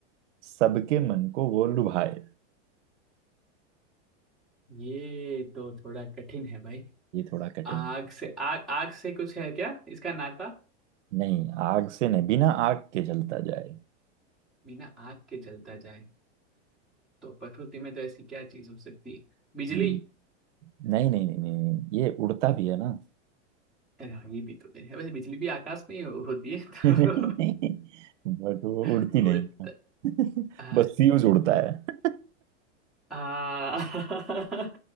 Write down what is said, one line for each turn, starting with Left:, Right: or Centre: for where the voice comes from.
Right: सबके मन को वो लुभाए
Centre: ये तो थोड़ा कठिन है भाई
Right: ये थोड़ा कठिन
Centre: आग
Right: है
Centre: से आग आग से कुछ है क्या इसका नाता
Right: नहीं आग से नहीं बिना आग के जलता जाए
Centre: बिना आग के जलता जाए तो प्रकृति में तो ऐसी क्या चीज हो सकती है बिजली
Right: हम्म, नहीं नहीं नहीं नहीं नहीं, ये उड़ता भी है ना <laughs>
Centre: अरे हाँ, ये भी तो है वैसे बिजली भी आकाश में ही हो, होती है तो
Right: नहीं नहीं बट वो उड़ती
Centre: <laughs>
Right: नहीं
Centre: उड़ता
Right: है।
Centre: हाँ
Right: बस फ्यूज उड़ता है
Centre: हाँ